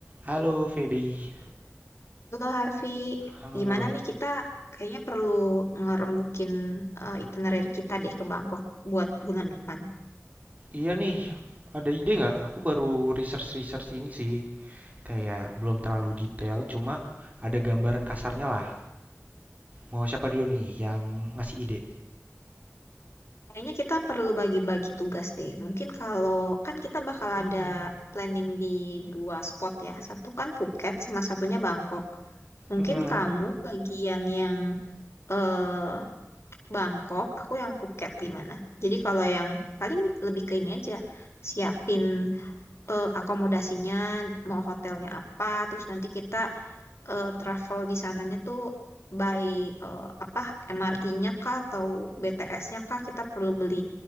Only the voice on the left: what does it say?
Halo Harvey,
gimana
nih kita kayaknya perlu ngerembukin eh, itinerary kita deh ke Bangkok buat bulan depan.
Kayaknya kita perlu bagi-bagi tugas deh. Mungkin kalau kan kita bakal
ada planning di dua spot ya. Satu kan Phuket sama satunya Bangkok. Mungkin
kamu bagian yang eh Bangkok, aku yang Phuket gimana? Jadi kalau yang paling lebih ke ini aja, siapin eh, akomodasinya, mau hotelnya apa, terus nanti kita eh, travel di sananya tuh by eh, apa MRT-nya kah atau BTS-nya kah kita perlu beli